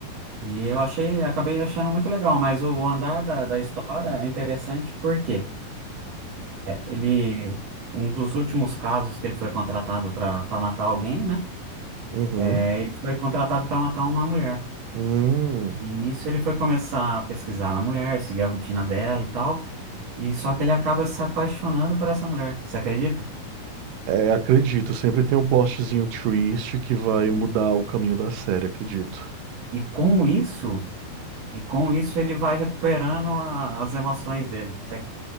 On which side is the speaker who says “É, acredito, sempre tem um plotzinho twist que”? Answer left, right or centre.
Right